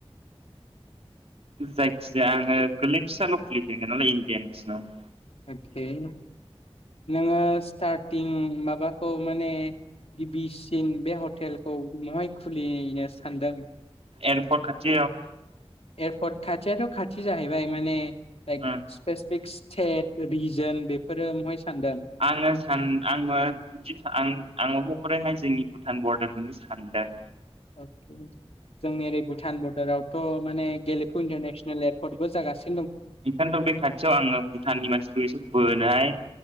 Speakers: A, on the right; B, on the left.
A: जायखिजाया आङो गोरलै फिसाल' खुलिगोन <unintelligible> लाय इण्डयान नेसनङाव।
B: <unintelligible> नोङो स्टारथिं माबाखौ माने गिबिसिन बे हटेलखौ बहाय खुलिनो सानदों।
A: एरपर्ट खाथियाव
B: एरपर्ट खाथियाथ' खाथि जाहैबाय माने
A: उम
B: दायक स्पेस फिक्स। सेट रिजन बेफोरो महाय सानदों
A: आङो सान आंङो जि आं आङो आं <unintelligible> जोंनि भुटान बरडारजोंबो सानदों।
B: अके जोंनि ओरै बुथान बर्डाराव। थ' माने गेलेखु इन्टारनेसनेल एरपर्ट। बो जागास
A: नेपाल दै खाथियाव आंङो भुटाननि मानसिखौ एसे बोनोहाय